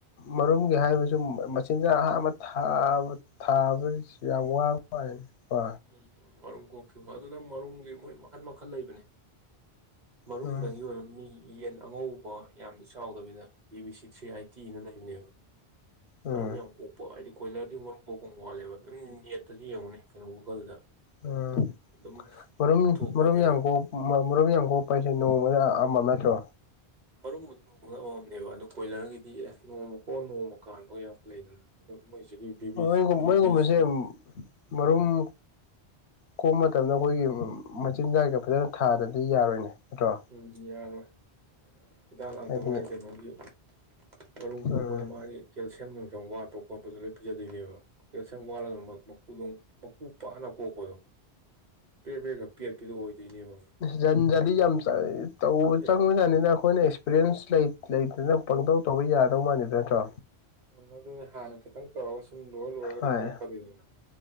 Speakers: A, on the left; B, on the right.
A: ꯃꯔꯨꯝꯒꯤ ꯍꯥꯏꯕꯁꯨ ꯃꯆꯤꯟꯖꯥꯛ ꯑꯍꯥꯟꯕ ꯊꯥꯕ ꯊꯥꯕ ꯁꯤ ꯌꯥꯥꯝ ꯋꯥꯕ ꯃꯥꯜꯂꯤꯀꯣ
B: ꯎꯝ ꯎꯝ ꯃꯔꯨꯝ ꯀꯣꯛꯁꯨ ꯑꯗꯨꯅ ꯃꯔꯨꯝꯒꯤ ꯃꯣꯏ ꯃꯈꯟ ꯃꯈꯜ ꯂꯩꯕꯅꯦ ꯃꯔꯨꯝꯗꯪꯒꯤ
A: ꯎꯝ
B: ꯑꯣꯏꯕ ꯃꯤ ꯌꯦꯟ ꯑꯉꯧꯕ ꯌꯥꯝꯗꯤ ꯆꯥꯎꯗꯕꯤꯗ ꯕꯤ ꯕꯤ ꯁꯤ ꯊ꯭ꯔꯤ ꯑꯥꯏꯇꯤꯅ ꯂꯩꯕꯅꯦꯕ
A: ꯎꯝ
B: ꯃꯔꯨꯝ ꯌꯥꯝ ꯀꯣꯛꯄ ꯍꯥꯏꯗꯤ ꯀꯣꯏꯂꯔꯗꯨ ꯃꯔꯨꯝ ꯀꯣꯛꯄ ꯋꯥꯠꯂꯦꯕ ꯑꯗꯨꯝ ꯅꯦꯠꯇꯁꯨ ꯌꯦꯡꯉꯨꯅꯦ ꯀꯩꯅꯣ ꯒꯨꯒꯜꯗ
A: ꯎꯝ
B: ꯑꯗꯨꯝ
A: ꯃꯔꯨꯝ
B: ꯊꯣꯛꯄꯅꯦꯕ
A: ꯃꯔꯨꯝ ꯌꯥꯝ ꯀꯣꯛ ꯃꯔꯨꯞ ꯌꯥꯝ ꯀꯣꯛꯄ ꯍꯥꯏꯁꯦ ꯅꯣꯡꯃꯗ ꯑꯃ ꯅꯠꯇ꯭ꯔꯣ
B: ꯃꯔꯨꯝꯕꯨꯗꯤ ꯅꯣꯡꯃ ꯅ ꯑꯃꯝꯅꯦꯕ ꯑꯗꯨ ꯀꯣꯏꯂꯔꯒꯤꯗꯤ ꯑꯦ ꯅꯣꯡꯃ ꯀꯣꯛ ꯅꯣꯡꯃ ꯀꯥꯟꯕꯒ ꯌꯥꯎꯈꯠꯂꯗꯅ ꯑꯗꯣ ꯃꯣꯏꯁꯤꯒꯤ ꯕꯤ
A: ꯃꯣꯏꯒꯨꯝ
B: ꯕꯤꯕꯤ
A: ꯃꯣꯏꯒꯨꯝꯕꯁꯦ
B: ꯁꯤ
A: ꯃꯔꯨꯝ ꯀꯣꯛꯄ ꯃꯇꯝꯗ ꯑꯩꯈꯣꯏꯒꯤ ꯃꯆꯤꯟꯖꯥꯛꯁꯦ ꯐꯖꯅ ꯊꯥꯗꯗꯤ ꯌꯥꯔꯣꯏꯅꯦ ꯅꯠꯇ꯭ꯔꯣ
B: ꯎꯝ ꯌꯥꯔꯣꯏ ꯍꯤꯗꯥꯛ ꯂꯥꯡꯊꯛ
A: ꯍꯥꯏꯗꯤ
B: ꯃꯥꯏ ꯀꯩꯅꯣꯒꯤ ꯃꯔꯨꯝ ꯀꯣꯛꯄꯗ
A: ꯎꯝ
B: ꯃꯥꯒꯤ ꯀꯦꯜꯁꯤꯌꯝ ꯅꯨꯡꯁꯝ ꯋꯥꯠꯄ ꯈꯣꯠꯄꯗꯣ ꯂꯣꯏ ꯄꯤꯖꯗꯣꯏꯅꯦꯕ ꯀꯦꯜꯁꯤꯌꯝ ꯋꯥꯠꯂ ꯑꯗꯨꯅꯃꯛ ꯀꯣꯂꯣꯡ ꯃꯀꯨ ꯄꯥꯅ ꯀꯣꯛꯄꯗꯣ ꯄꯕ꯭ꯔꯦ ꯄꯔꯦꯒ ꯄꯦꯠꯄꯤꯗꯣ ꯑꯣꯏꯗꯣꯏꯅꯦꯕ ꯑꯃꯛ
A: ꯖꯟ ꯖꯥꯟꯗꯤ ꯌꯥꯝ ꯇꯧꯕ
B: ꯑꯦ
A: ꯆꯪꯕꯖꯥꯅꯤꯗ ꯑꯩꯈꯣꯏꯅ ꯑꯦꯛꯁꯄꯤꯔꯤꯌꯦꯟꯁ ꯂꯩ ꯂꯩꯗ ꯅꯪ ꯄꯪꯇꯧ ꯇꯧꯕ ꯌꯥꯗꯧ ꯃꯥꯥꯟꯜꯂꯤꯗ ꯅꯠꯇ꯭ꯔꯣ
B: ꯎꯝ ꯑꯗꯨ ꯍꯥꯟꯅ ꯈꯦꯪ ꯇꯧꯔꯒ ꯁꯨꯝ ꯂꯣꯏꯔ ꯂꯣꯏꯔꯒꯗꯤ
A: ꯍꯣꯏ
B: ꯈꯪꯉꯛꯀꯗꯣꯏꯅꯤꯅ